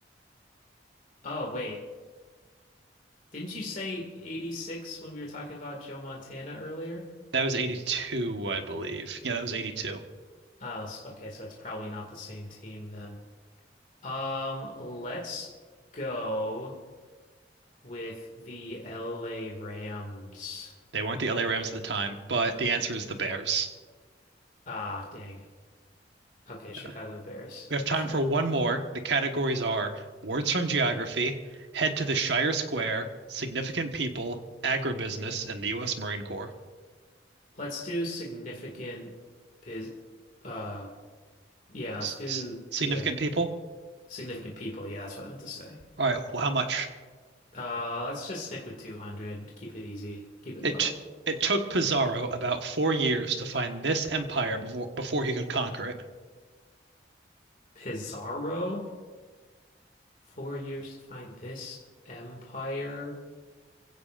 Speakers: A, on the left; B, on the right.
A: Oh, wait. Didn't you say 86 when we were talking about Joe Montana earlier?
B: That was 82, I believe. Yeah, that was 82.
A: Oh, s- okay, so it's probably not the same team then. Um, let's go with the LA Rams.
B: They weren't the LA Rams at the time, but the answer is the Bears.
A: Ah, dang. Okay, Chicago
B: Uh,
A: Bears.
B: we have time
A: Sure.
B: for one more. The categories are words from geography, head to the Shire Square, significant people, agribusiness, and the U.S. Marine Corps.
A: Let's do significant biz uh yeah, let's
B: S-
A: do
B: significant
A: yeah.
B: people?
A: Significant people, yeah, that's what I meant to say.
B: All right, well, how much?
A: Uh, let's just stick with 200. Keep it easy. Keep it
B: It
A: low.
B: it took Pizarro about four years to find this empire before before he could conquer it.
A: Pizarro, four years to find this empire.